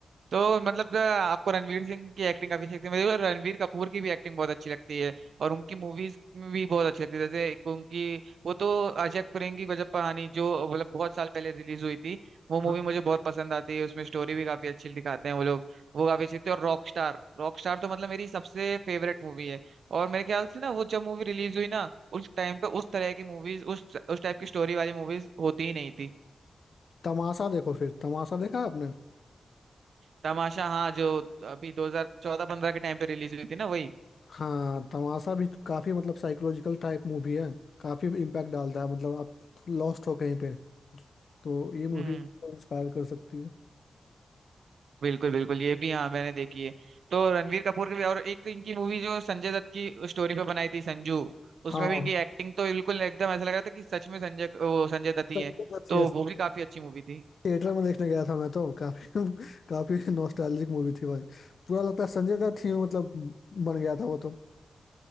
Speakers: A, on the right (about 80°); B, on the left (about 60°).
A: तो मतलब अ, आपको रणवीर सिंह की एक्टिंग काफी अच्छी लगती है मुझे रणवीर कपूर की भी एक्टिंग बहुत अच्छी लगती है और उनकी मूवीज में भी बहुत अच्छी लगती है जैसे एक उनकी वो तो अजब करेंगी गजब कहानी जो मतलब बहुत साल पहले रिलीज हुई थी वो
B: हाँ
A: मूवी मुझे बहुत पसंद आती है उसमें स्टोरी भी काफी अच्छी दिखाते हैं वो लोग वो काफी अच्छी थी और रॉक स्टार रॉक स्टार तो मतलब मेरी सबसे फेवरेट मूवी है और मेरे ख्याल से ना वो जब मूवी रिलीज हुई ना उस टाइम पे उस तरह की मूवीज उस उस टाइप की स्टोरी वाली मूवीज होती ही नहीं थी
B: तमाशा देखो फिर तमाशा देखा आपने
A: तमाशा हाँ जो अभी 2014-15 के टाइम पे रिलीज हुई थी ना वही
B: हाँ तमाशा भी काफी मतलब साइकोलॉजिकल टाइप मूवी है काफी इम्पैक्ट डालता है मतलब आप लॉस्ट हो कहीं पे तो ये मूवी
A: हम्म
B: आपको इंस्पायर कर सकती है
A: बिल्कुल बिल्कुल ये भी हाँ मैंने देखी है तो रणवीर कपूर की भी और एक इनकी मूवी जो संजय दत्त की स्टोरी पे बनाई थी संजू
B: हाँ
A: उसमें भी इनकी एक्टिंग तो बिल्कुल एकदम ऐसा लग रहा था कि सच में संजय वो संजय दत्त ही
B: सबसे
A: है
B: अच्छी
A: तो
B: है
A: वो भी काफी अच्छी मूवी थी
B: थिएटर में देखने गया था मैं तो काफी <laughs> काफी नॉस्टैल्जिक मूवी थी भाई पूरा लगता है संजय दत्त ही मतलब बन गया था वो तो